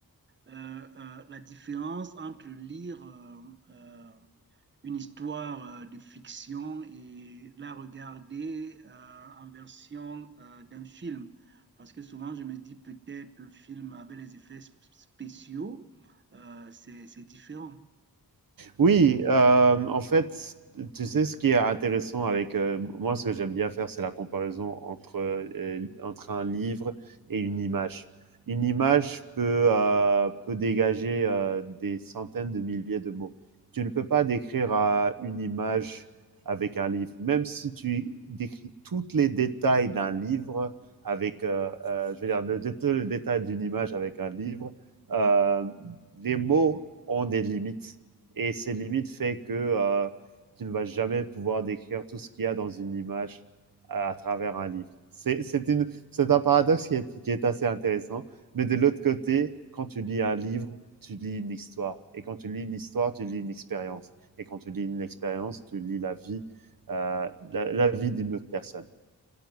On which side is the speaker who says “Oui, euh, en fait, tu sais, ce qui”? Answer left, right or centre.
Right